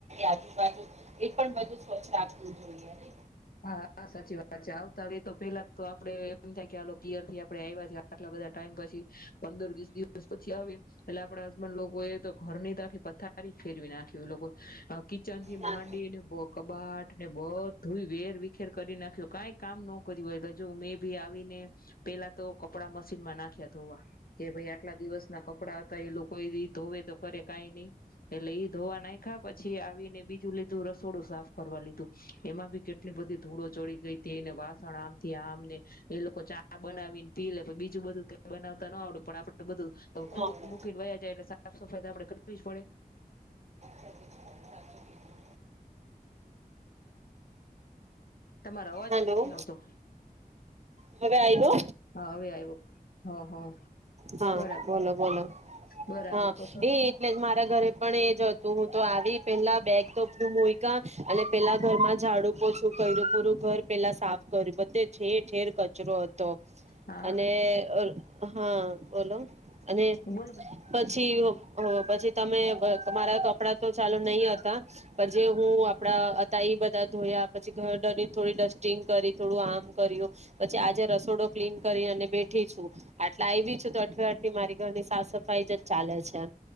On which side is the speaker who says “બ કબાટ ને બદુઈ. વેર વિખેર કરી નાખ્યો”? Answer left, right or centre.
Left